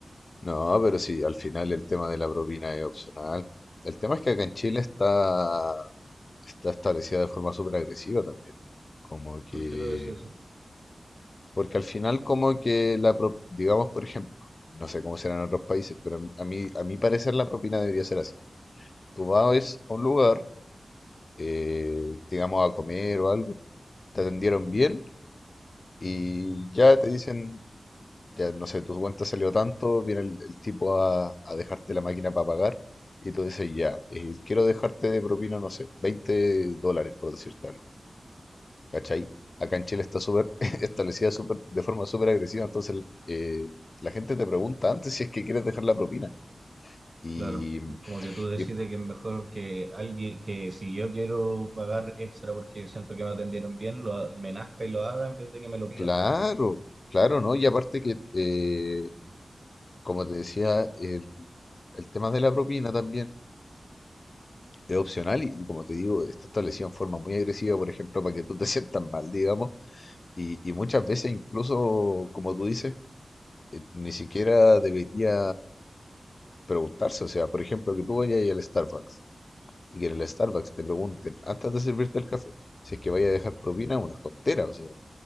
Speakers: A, on the left; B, on the right.
A: No, pero sí, al final el tema de la propina es opcional. El tema es que acá en Chile está, está establecida de forma súper agresiva también. Como que,
B: ¿Por qué lo decía así?
A: porque al final como que la, pro- digamos, por ejemplo, no sé cómo será en otros países, pero a mí, a mí a mi parecer la propina debería ser así. Tú vas a un lugar eh, digamos, a comer o algo, te atendieron bien y ya te dicen, ya no sé, tu cuenta salió tanto, viene el, el tipo a, a dejarte la máquina para pagar y tú dices, ya, eh, quiero dejarte de propina, no sé, 20 dólares por decirte algo, ¿cachai? Acá en Chile está súper <laughs> establecida súper- de forma súper agresiva, entonces eh, la gente te pregunta antes si es que quieres dejar la propina. Y,
B: Claro, como que tú decides
A: y
B: que es mejor que alguien, que si yo quiero pagar extra porque siento que me atendieron bien, lo, me nazca y lo haga en vez de que me lo pida.
A: claro, claro, ¿no? Y aparte que eh, Como te decía, el, el tema de la propina también es opcional y, y como te digo, está establecido en forma muy agresiva, por ejemplo, para que tú te <laughs> sientas mal, digamos, y, y muchas veces incluso, como tú dices, eh, ni siquiera debería preguntarse, o sea, por ejemplo, que tú vayas al Starbucks y que en el Starbucks te pregunten antes de servirte el café si es que vaya a dejar propina, es una tontera, o sea,